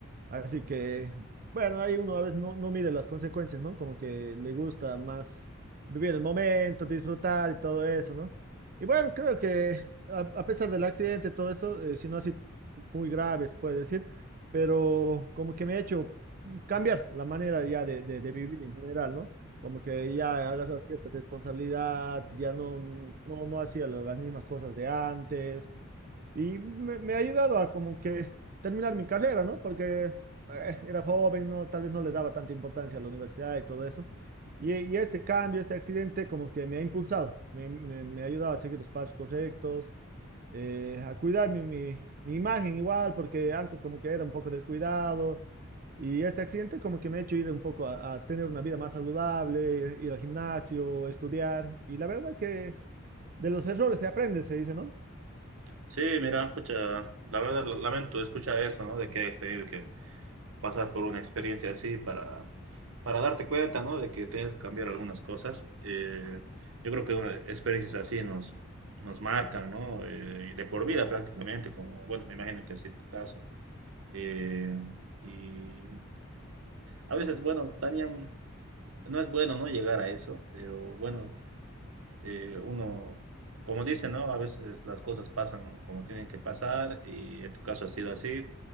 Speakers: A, on the right; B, on the right.
A: Así que, bueno, ahí uno a veces no, no mide las consecuencias, ¿no? Como que le gusta más vivir el momento, disfrutar y todo eso, ¿no? Y bueno, creo que a, a pesar del accidente, todo esto, eh, si no así muy grave, se puede decir, pero como que me ha hecho cambiar la manera ya de, de, de vivir en general, ¿no? Como que ya agarras cierta responsabilidad, ya no, no, no hacía la- las mismas cosas de antes y me, me ha ayudado a como que terminar mi carrera, ¿no? Porque eh, era joven, ¿no? Tal vez no le daba tanta importancia a la universidad y todo eso. Y, y este cambio, este accidente, como que me ha impulsado, me, me, me ha ayudado a seguir los pasos correctos, eh, a cuidar mi, mi, mi imagen igual, porque antes como que era un poco descuidado. Y este accidente como que me ha hecho ir un poco a, a tener una vida más saludable, ir al gimnasio, estudiar. Y la verdad que de los errores se aprende, se dice, ¿no?
B: Sí, mira, escucha, la verdad lamento escuchar eso, ¿no? De que hayas tenido que, pasar por una experiencia así para, para darte cuenta, ¿no? De que tienes que cambiar algunas cosas. Eh, yo creo que una, experiencias así nos, nos marcan, ¿no? Eh, de por vida prácticamente, como, bueno, me imagino que así en tu caso. Eh, y a veces, bueno, también no es bueno, ¿no? Llegar a eso, pero bueno, eh, uno como dicen, ¿no? A veces las cosas pasan como tienen que pasar y en tu caso ha sido así,